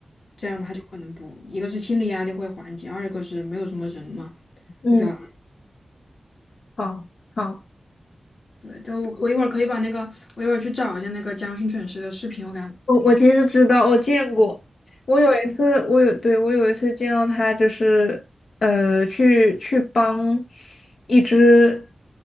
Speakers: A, on the left (about 60°); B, on the left (about 80°).
A: 这样他就可能不，一个是心理压力会缓解，二一个是没有什么人嘛，
B: 嗯，
A: 会比较安
B: 好，好。
A: 对，就我一会儿可以把那个，我一会儿去找一下那个江训犬师的视频，我给他发给你。
B: 我我其实知道，我见过。我有一次，我有，对，我有一次见到他，就是呃，去去帮一只